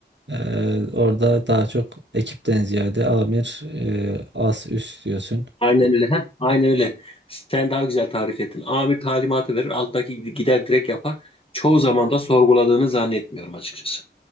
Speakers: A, on the right; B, on the left.
A: e, orada daha çok ekipten ziyade amir e, as üst diyorsun.
B: Aynen öyle. Heh, aynen öyle. Sen daha güzel tarif ettin. Amir talimatı verir, alttaki gider direkt yapar. Çoğu zaman da sorguladığını zannetmiyorum açıkçası.